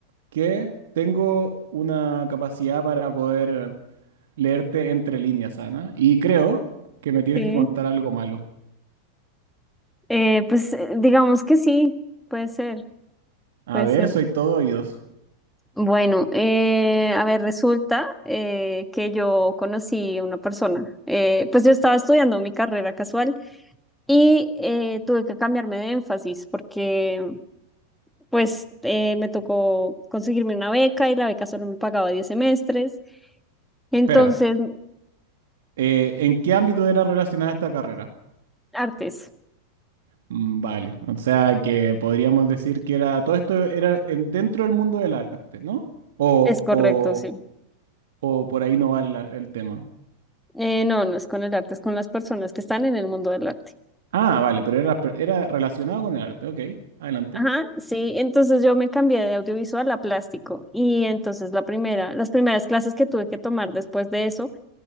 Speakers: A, on the right; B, in the centre.
A: que tengo una capacidad para poder leerte entre líneas, Ana, y creo que me tienes
B: sí.
A: que contar algo malo.
B: Eh, pues eh, digamos que sí, puede ser,
A: A
B: puede
A: ver,
B: ser.
A: soy todo oídos.
B: Bueno, eh, a ver, resulta eh, que yo conocí a una persona. Eh, pues yo estaba estudiando mi carrera casual y eh, tuve que cambiarme de énfasis porque pues eh, me tocó conseguirme una beca y la beca solo me pagaba 10 semestres. Entonces
A: Espera, eh, ¿en qué ámbito era relacionada esta carrera?
B: Artes,
A: Mm, Vale, o sea que podríamos decir que era todo esto era en- dentro del mundo del arte, ¿no? O,
B: es correcto,
A: o,
B: sí.
A: o por ahí no va la- el tema.
B: Eh, no, no es con el arte, es con las personas que están en el mundo del arte.
A: Ah, vale, pero era, era relacionado con el arte, ok, adelante.
B: Ajá, sí, entonces yo me cambié de audiovisual a plástico y entonces la primera, las primeras clases que tuve que tomar después de eso